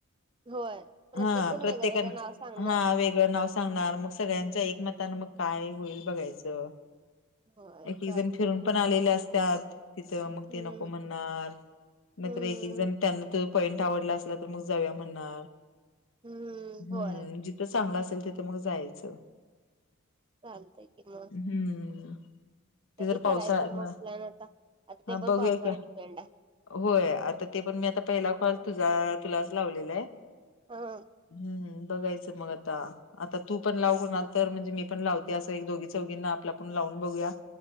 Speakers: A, on the right; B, on the left.
A: होय प्रत्येक
B: हा आ
A: जण
B: प्रत्येका
A: वेगळं वेगळं नाव सांगणार
B: हा आ वेगळ नवसा. सांगणार मग सगळ्यांच्या एकमतानं मग काय होईल बघायचं.
A: होय
B: एक एक
A: चालतय
B: जण फिरून
A: कि
B: पण
A: मग
B: आलेले असत्याात तिथ मग
A: हम्म
B: ते नको म्हण. असणार नाहीतर
A: हम्म
B: एक एक जण त्यांना त पॉइंट आवडला असला तर मग जावया म्हणणार.
A: हम्म
B: हम्म
A: होय
B: जिथं चांगलं असेल तिथं मग जायचं.
A: चालतंय की मग.
B: हम्म. ते
A: कधी
B: जर पावसाळ्यात
A: करायचं मग
B: ना
A: प्लॅन आता आता ते
B: हा
A: पण
B: बघूया
A: पावसावर
B: की
A: डिपेंड आहे.
B: होय आता ते पण मी आता पहिला कॉल तुझा तुलाच लावलेला आहे.
A: हो.
B: हम्म बघायचं मग आता आता तू. पण लावू कुणाल तर म्हणजे मी पण लावते असं एक दोघी चौघींना आपला पण लावून बघूया.